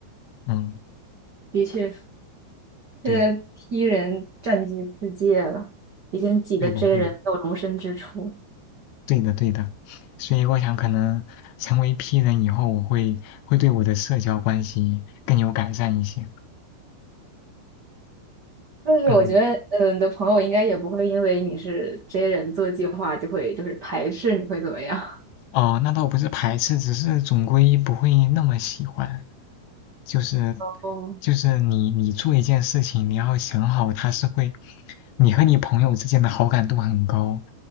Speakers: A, on the left; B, on the right.
A: 嗯，
B: 的确，
A: 对，
B: 现在 P 人占据世界了，已经挤得
A: 对的，
B: J
A: 对的，
B: 人没有容身之处。
A: 对的，对的。所以我想，可能成为 P 人以后，我会会对我的社交关系更有改善一些。
B: 但是我觉得，
A: 嗯。
B: 嗯，你的朋友应该也不会因为你是 J 人做计划就会就是排斥你会怎么样？
A: 哦，那倒不是排斥，只是总归不会那么喜欢。就是
B: <laughs> 哦，
A: 就是你你做一件事情，你要想好它是会，你和你朋友之间的好感度很高，